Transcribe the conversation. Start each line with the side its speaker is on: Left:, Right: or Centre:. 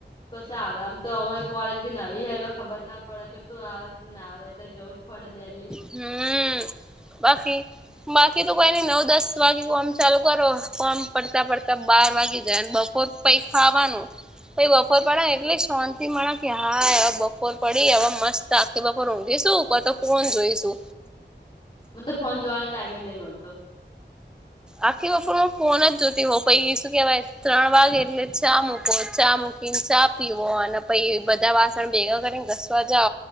Left: તો ચાલો આમ તો અમારી કોલેજ બી નવી હ એટલે ખબર ના પડે કે શું આવે શું ના આવે એટલે એલી
Centre: હમ્મ બાકી બાકી તો કોઈને નવ દસ વાગે ફ્રોમ ચાલુ કરો ફ્રોમ પડતા પડતા બાર વાગી જાય બપોર પછી ખાવાનુ પછી બપોર પડે એટલે શાંતિ મળે કે હા એવા બપોર પડી એવા મસ્ત આખી બોપર રઘીશુંનહિ તો ફોન જોઈશુ
Left: મને તો ફોન જોવાનો ટાઈમે નહીં મળતો
Centre: આખી વપોર હું ફોન જ જોતી હોઉ પછી શું કેવાય ત્રણ વાગે એટલે ચા મૂકો ચા મૂકી પીવો અને પછી બધા વાસણ ભેગા કરીને ઘસવા જઓ.